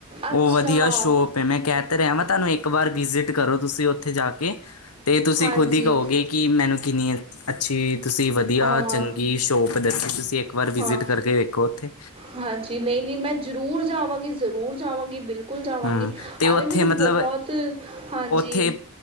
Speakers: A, on the right; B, on the left.
A: ਅੱਛਾ
B: ਉਹ ਵਧੀਆ ਸ਼ੋਪ ਏ ਮੈਂ ਕਹਿ ਤਾਂ ਰਿਹਾ ਵਾਂ ਤੁਹਾਨੂੰ ਇੱਕ ਵਾਰ ਵਿਜਿਟ ਕਰੋ ਤੁਸੀਂ ਉੱਥੇ ਜਾ ਕੇ। ਤੇ ਤੁਸੀਂ
A: ਹਾਂਜੀ
B: ਖੁਦ ਹੀ ਕਹੋਗੇ ਕਿ ਮੈਨੂੰ ਕਿੰਨੀ ਅੱਛੀ ਤੁਸੀਂ ਵਧੀਆ,
A: ਹਾਂ
B: ਚੰਗੀ ਸ਼ੋਪ ਦਸੀ ਕਿਉਂਕਿ ਇਕ ਵਾਰ ਵਿਜ਼ਿਟ
A: ਹਾਂ
B: ਕਰਕੇ ਵੇਖੋ ਉੱਥੇ।
A: ਹਾਂਜੀ। ਨਹੀਂ-ਨਹੀਂ। ਮੈਂ ਜ਼ਰੂਰ ਜਾਵਾਂਗੀ-ਜ਼ਰੂਰ ਜਾਵਾਂਗੀ। ਬਿਲਕੁਲ। ਕੁਲ ਜਾਵਾਂਗੀ,
B: ਹੂੰ ਤੇ ਉੱਥੇ
A: ਅਰੇ ਮੈਨੂੰ
B: ਮਤਲਬ
A: ਬਹੁਤ, ਹਾਂਜੀ
B: ਉੱਥੇ